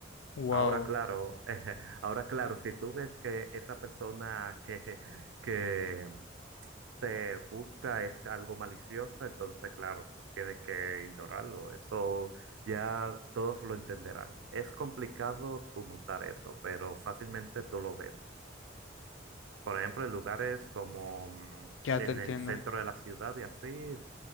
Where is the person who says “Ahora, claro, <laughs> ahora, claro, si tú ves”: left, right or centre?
Right